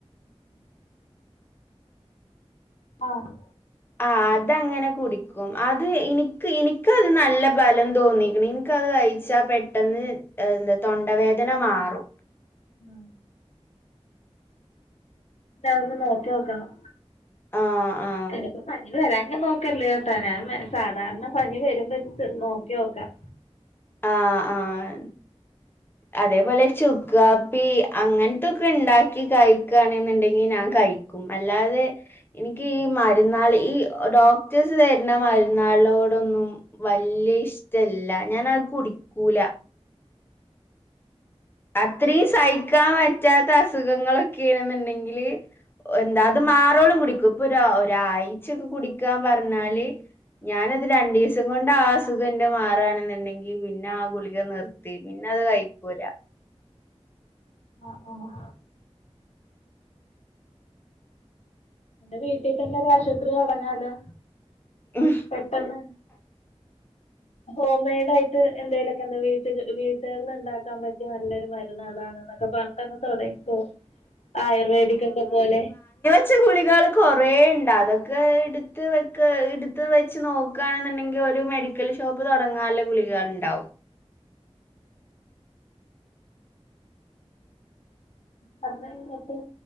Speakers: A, on the left; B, on the left.
A: <inaudible> ആഹ്
B: ആ അതങ്ങനെ കുടിക്കും അത് ഇൻക് ഇൻക്കത് നല്ല ബലം തോന്നീക്ക്‌ണ് ഇൻക്കത് കഴിച്ച് ച്ചാ പെട്ടെന്ന് എന്താ തൊണ്ടവേദന മാറും
A: ആഹ് ന്നാ അതൊന്ന് നോക്കി നോക്കണം
B: ആഹ് ആഹ്.
A: എനിക് പനി വരാങ്കി നോക്കല്ല് തനാൻ സാധാരണ പനി വരുമ്പെത് നോക്കി നോക്കാം
B: ആഹ് ആഹ് അതേപോലെ ചുക്കാ പ്പി അങ്ങനത്തൊക്കെണ്ടാക്കി കഴിക്കാണെന്ന്ണ്ടെങ്കി ഞാൻ കഴിക്കും അല്ലാതെ ഇൻ‌ക്കി ഈ മരുന്നാളേ ഈ ഡോക്ടേഴ്സ് തരുന്ന മരുന്നാളോടൊന്നും വല്ല്യ ഇഷ്ടല്ല ഞാനത് കുടിക്കൂല അത്രിം സഹിക്കാൻ പറ്റാത്ത അസുഖങ്ങളൊക്കെയാന്നുണ്ടെങ്കില് എന്താ അത് മാറോളം കുടിക്കും ഇപ്പൊരൊ ഒരാഴ്ചൊക്കെ കുടിക്കാൻ പറഞ്ഞാല് ഞാനത് രണ്ടിസം കൊണ്ട് ആ അസുഖഎൻ്റ മാറാണെന്നുണ്ടെങ്കി പിന്നെ ആ ഗുളിക നിർത്തി പിന്നത് കഴിക്കൂല
A: ആഹ് ആഹ് വീട്ടിൽ തന്നെ ഒരു ആശുപത്രി തുടങ്ങാലോ
B: ഉം
A: പെട്ടെന്ന് ഹോംമെയ്ഡായിട്ട് എന്തെലുമൊക്കെ എന്താ വീട്ടില് വീട്ടുകളില് ഉണ്ടാക്കാൻ പറ്റി നല്ലൊരു മരുന്നാളാണ് ന്നക്ക പറന്നിട്ടങ്ങ് തുടങ്ങിക്കേ ആയുർവേദിക്ക് ഒക്കെ പോലെ
B: ച്ച് ഗുളികള് കൊറേയിണ്ട് അതൊക്കെ എടുത്ത് വെക്കാ എടുത്ത് വെച്ച് നോക്ക്‌ ക്കാണെന്നങ്കി ഒരു മെഡിക്കൽ ഷോപ്പ് തൊടങ്ങാൻ ള ഗുളികണ്ടാവും
A: പറന്നഴിന്നിട്ട്